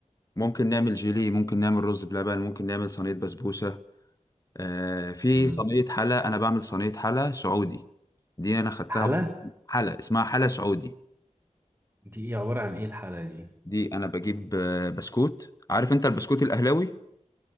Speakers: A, on the left; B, on the right.
A: ممكن نعمل جيلي ممكن نعمل رز بلبن ممكن نعمل صينية بسبوسة آه، في
B: مم.
A: صينية حلا انا بعمل صينية حلا سعودي دي انا خدتها
B: حلا
A: حلا اسمها حلا سعودي
B: دي ايه عباره عن ايه الحلا دي
A: دي انا بجيب آه، بسكوت عارف انت البسكوت الاهلاوي